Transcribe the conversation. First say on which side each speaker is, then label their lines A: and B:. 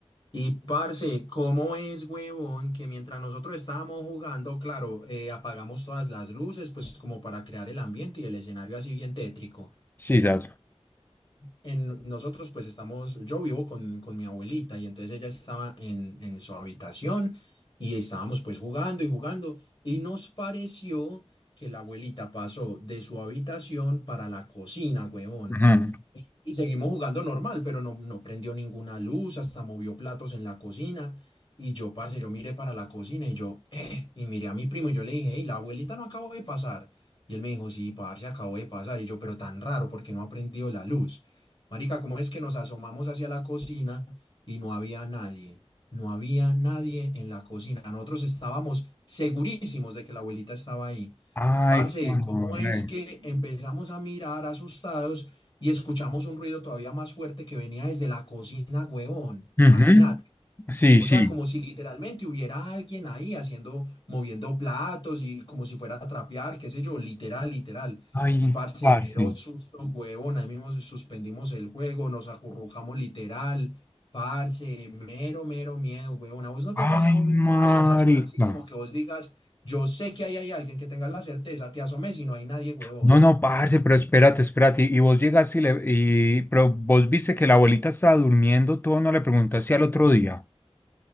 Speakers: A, on the left; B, on the left.
A: Y parce, ¿cómo es, huevón, que mientras nosotros estábamos jugando, claro, eh, apagamos todas las luces, pues como para crear el ambiente y el escenario así bien tétrico
B: sí ya
A: en nosotros pues estamos, yo vivo con, con mi abuelita y entonces ella estaba en, en su habitación y estábamos pues jugando y jugando y nos pareció que la abuelita pasó de su habitación para la cocina, huevón
B: Mhm.
A: y seguimos jugando normal, pero no, no prendió ninguna luz, hasta movió platos en la cocina. Y yo, parce, yo miré para la cocina y yo, eh, y miré a mi primo y yo le dije, hey, la abuelita no acabó de pasar. Y él me dijo, sí, parce, acabó de pasar. Y yo, pero tan raro, porque no ha prendido la luz. Marica, ¿cómo es que nos asomamos hacia la cocina y no había nadie? No había nadie en la cocina. Nosotros estábamos segurísimos de que la abuelita estaba ahí.
B: Ay,
A: Parce,
B: corre.
A: ¿cómo es que empezamos a mirar asustados y escuchamos un ruido todavía más fuerte que venía desde la cocina, huevón?
B: Mhm.
A: Imagínate.
B: Sí,
A: O
B: sí.
A: sea, como si literalmente hubiera alguien ahí haciendo, moviendo platos y como si fuera a trapear, qué sé yo, literal, literal.
B: Ay,
A: Y parce,
B: parce.
A: mero susto, huevón, ahí mismo suspendimos el juego, nos acurrucamos literal, parce, mero, mero miedo, huevón. ¿A vos no te ha
B: Ay,
A: pasado nunca
B: marica.
A: una sensación así como que vos digas, yo sé que ahí hay alguien que tenga la certeza, te asomes y no hay nadie, huevón?
B: No, no, parce, pero espérate, espérate. Y, y vos llegas y le... Y, pero vos viste que la abuelita estaba durmiendo, todo no le preguntaste al otro día.